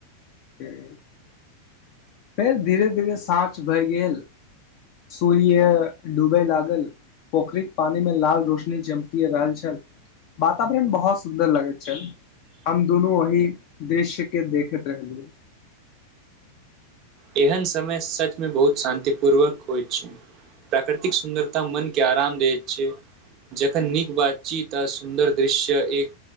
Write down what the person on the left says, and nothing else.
फेर फेर धीरे-धीरे सांझ भए गेल सूर्य डूबए लागल पोखरिक पानीमे लाल रोशनी चमकि रहल छल। वातावरण बहुत सुन्दर। सुन्दर लगैत छल। हम दुनू वहि दृश्य केँ देखैत रहलु